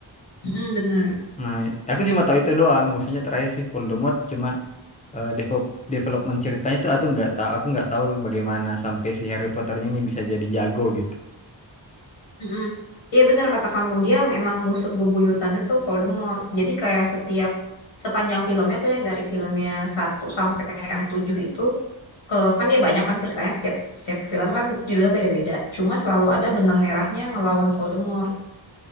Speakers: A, on the left; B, on the left.
A: Mm, benar
B: nah aku cuma tahu itu doang musuhnya terakhir si Voldemort cuma eh, develop- development ceritanya tuh aku nggak tahu aku nggak tahu bagaimana sampai si Harry Potternya ini bisa jadi jago gitu
A: Mm-mm. Iya benar kata kamu dia memang musuh bebuyutannya tuh Voldemort. Jadi kayak setiap sepanjang filmnya tuh yang dari filmnya satu sampai yang tujuh itu eh, kan dia banyak kan ceritanya setiap setiap film kan judulnya beda-beda. Cuma selalu ada benang merahnya ngelawan Voldemort.